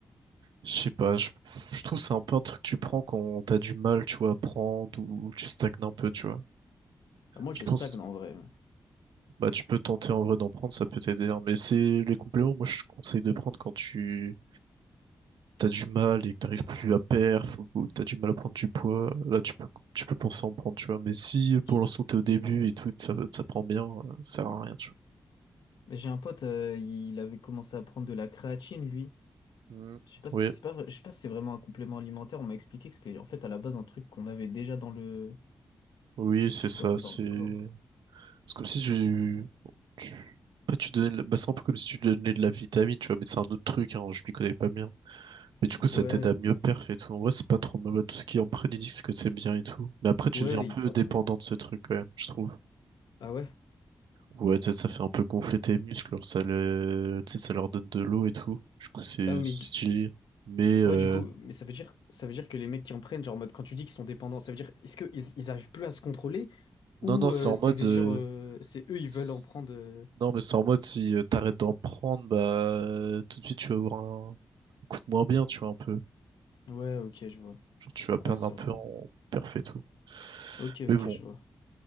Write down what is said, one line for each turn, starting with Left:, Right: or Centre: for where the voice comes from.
Right: je sais pas. Je, je trouve que c'est un peu un truc que tu prends quand t'as du mal, tu vois, à prendre ou tu stagnes un peu, tu vois.
Left: Bah, moi,
Right: Je
Left: je
Right: pense,
Left: stagne en vrai. mais-
Right: bah, tu peux tenter en vrai d'en prendre, ça peut t'aider. hein. Mais c'est les compléments, moi, je conseille de prendre quand tu t'as du mal et que t'arrives plus à perf ou que t'as du mal à prendre du poids, là tu peux tu peux penser à en prendre, tu vois. Mais si
Left: Ok.
Right: pour l'instant t'es au début et tout, ça va- ça prend bien, euh, ça sert à rien, tu
Left: Mais J'ai un pote, euh, il avait commencé à prendre de la créatine, lui.
Right: vois. Mm.
Left: Je sais pas, si-
Right: Oui,
Left: c'est pas vrai- je sais pas si c'est vraiment un complément alimentaire. On m'a expliqué que c'était en fait à la base un truc qu'on avait déjà dans le
Right: oui, c'est ça,
Left: dans, dans
Right: c'est
Left: le corps.
Right: c'est comme si tu tu pas tu donnais de la- bah, c'est un peu comme si tu donnais de la vitamine, tu vois, mais c'est un autre truc, hein, je m'y connais pas bien. Mais du coup, ça
Left: Ouais,
Right: t'aide à mieux perf et tout. En vrai, c'est pas trop mal. Tous ceux qui en prennent, ils disent que c'est bien et tout. Mais après, tu
Left: ouais,
Right: deviens un peu
Left: il paraît,
Right: dépendant
Left: ouais.
Right: de ce truc, quand même, je trouve.
Left: Ah ouais?
Right: Ouais, tu sais, ça fait un peu gonfler tes muscles, alors ça, le... tu sais, ça leur donne de l'eau et tout. Du coup, c'est
Left: Ah mais
Right: c'est
Left: du-
Right: stylé. Mais euh,
Left: Ouais, du coup, mais ça veut dire, ça veut dire que les mecs qui en prennent, genre, en mode, quand tu dis qu'ils sont dépendants, ça veut dire, est-ce qu'ils ils ils arrivent plus à se contrôler
Right: non,
Left: ou
Right: non, c'est
Left: euh,
Right: en
Left: c'est
Right: mode. euh,
Left: genre, euh, c'est eux, ils
Right: c'est-
Left: veulent en prendre. euh,
Right: Non, mais c'est en mode si euh, t'arrêtes d'en prendre, bah euh, tout de suite tu vas avoir un coup de moins bien, tu vois, un peu.
Left: Ouais, ok, je vois.
Right: Genre, tu vas perdre
Left: Ah, ouais, c'est
Right: un peu
Left: relou.
Right: en perf et tout.
Left: Ok,
Right: Mais
Left: ok,
Right: bon,
Left: je vois.